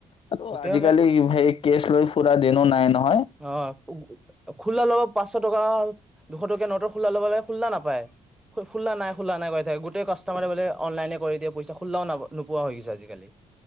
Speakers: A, on the left (about 40°); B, in the centre.
A: আকৌ
B: গোটেই
A: আজিকালি
B: অনলাইন
A: হেৰি কেছ লৈ ফুৰা দেনো নাই নহ,
B: অ খো-খোলা লগত পাছ দুশ টকা-দুশ টকীয়া নোটৰ খলা ল'ব লাগে খোলা নাপায় খোলা নাই, খোলা নাই কৈ থাকে গোটেই কাষ্টমাৰে বোলে অনলাইনে কৰি দিয়ে পইচা খোলাও নোপোৱা হৈ গৈছে আজিকালি।